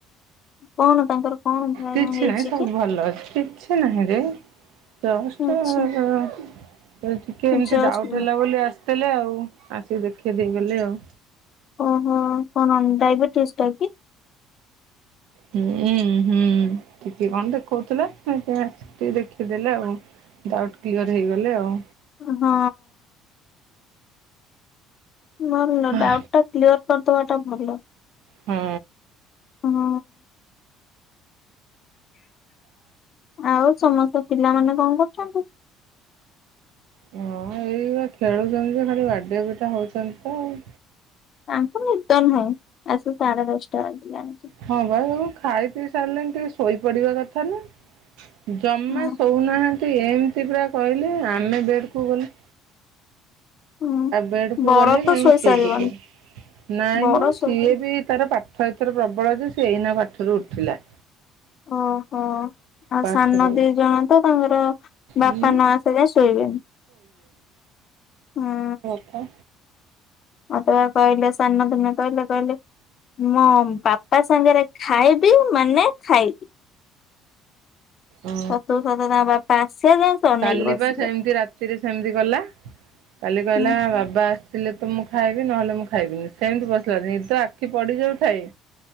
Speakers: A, on the left; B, on the right.
A: କଣ ତାଙ୍କର କଣ
B: କିଛି
A: ହେଇଛି
B: ନାହିଁ ସବୁ
A: କି?
B: ଭଲ ଅଛି। କିଛି ସେ ନାହିଁରେ ଜଷ୍ଟ୍।
A: ଆଛା
B: ଟିକେ ଏମିତି
A: ଜଷ୍ଟ
B: ଡାଉଟ୍ ହେଲା ବୋଲି ଆସିଥିଲେ ଆଉ ଆସିକି ଦେଖେଇ ଦେଇଗଲେ ଆଉ।
A: ଓହୋ କଣ ଡାଇବେଟିସ୍ ଟା କି?
B: ହୁଁ ଉଁ ହୁଁ ଟିକିଏ କଣ ଦେଖେଉଥିଲା ପୁଣିଆସିକି ଟିକେ ଦେଖେଇଦେଲା ଆଉ। ଡାଉଟ୍ କ୍ଲିୟର୍ ହେଇଗଲେ ଆଉ।
A: ହଁ। ନୋ ନୋ
B: ହଁ।
A: ଡାଉଟ୍ ଟା କ୍ଲିୟର କରିଦବା ଟା ଭଲ।
B: ହଁ
A: ହଁ। ଆଉ ସମସ୍ତ ପିଲାମାନେ କଣ କରୁଚନ୍ତି?
B: ହଁ ଏଇ ବା ଖେଳୁଚନ୍ତି ଯେ ଖାଲି ବାଡିଆ ପିଟା ହଉଚନ୍ତି ତ ଆଉ।
A: ତାଙ୍କୁ ନିଦ ନୁହଁ ଆସିକି ସାଢେ ଦଶଟା ବାଜି ଲାଣି।
B: ହଁ ପା ଦେଖୁନୁ ଖାଇ ପିଇ ସାରିଲେଣି ଟିକେ ଶୋଇପଡିବା କଥା ନୁହେଁ। ଜମା
A: ହଁ
B: ଶୋଉନାହାନ୍ତି ଏମିତି ପ୍ରା କହିଲେ ଆମେ ବେଡକୁୁ ଗଲେ
A: ହୁଁ
B: ବେଡ କୁ
A: ବଡ
B: ଗଲେ
A: ତ
B: ଯାଇ
A: ଶୋଇସାରିବଣି
B: ସିଏ ଯିବେ ନାଇଁ
A: ବଡ
B: ମୁଁ
A: ଶୋଇ
B: ସିଏ ବି ତାର ପାଠ ଏଥର ପ୍ରବଳ ଯେ ସେ ଏଇନା ପାଠରୁ ଉଠିଲା।
A: ଓହୋ ଆଉ
B: ପାଠରୁ
A: ସାନଦି ଜଣ ତ ତାଙ୍କର ବାପା
B: ଉଁ
A: ନ ଆସିଲେ ଶୋଇବେନେହିଁ ହୁଁ।
B: ହଁ।
A: ମତେ ପା କହିଲେ ସାନ କୁ ନ କହିଲେ କହିଲେ। ମୋ ବାପା ସାଙ୍ଗରେ ଖାଇବି ମାନେ ଖାଇବି।
B: ଓ
A: ସତକୁ ସତ ତାଙ୍କ ବାପା ଆସିବା ଯାଏ ସେ ଅନେଇକି
B: କାଲି
A: ବସିଲେ।
B: ପା ସେମିତି ରାତିରେ ସେମିତି ଗଲା। କାଲି କହିଲା
A: ହୁଁ
B: ବାବା ଲେ ତ ମୁଁ ଖାଇବି ନହେଲେ ମୁଁ ଖାଇବିନି ସେମିତି ବସିଲା ନିଦ ଆଖି ପଡିଯାଉ ଥାଏ।